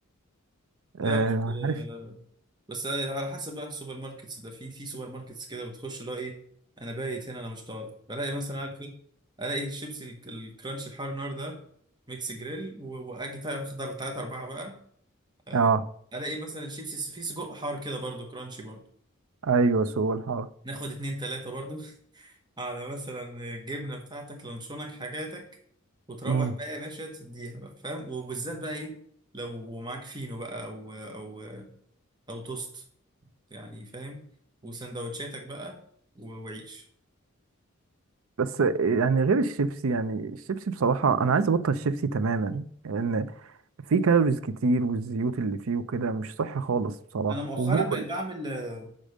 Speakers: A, on the right (about 70°); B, on the right (about 20°).
A: آه،
B: لا بس
A: عارف
B: آه، بس على حسب بقى السوبر ماركتس ده في في سوبر ماركتس كده بتخش اللي هو ايه انا بايت هنا انا مش طالع بلاقي مثلا عارف ايه الاقي الشيبسي الك- الكرانش الحار نار ده ميكس جريل و- واجي تا- اخد ثلاثة اربعة بقى آه،
A: اه
B: الاقي مثلا الشيبسي فيه سجق حار كده برضو كرانشي برضو
A: ايوه سوق الحار
B: ناخد اتنين تلاتة برضو <laughs> على مثلا الجبنة بتاعتك لانشونك حاجاتك وتروح
A: امم
B: بقى يا باشا تديها بقى فاهم وبالذات بقى ايه لو معاك فينو بقى او او او توست يعني فاهم وسندوتشاتك بقى و- وعيش
A: بس يعني غير الشيبسي يعني الشيبسي بصراحة أنا عايز أبطل الشيبسي تماما لأن فيه كالوريز كتير والزيوت اللي فيه وكده مش صحي خالص بصراحة
B: انا مؤخرا
A: ومغري
B: بقيت بعمل آه،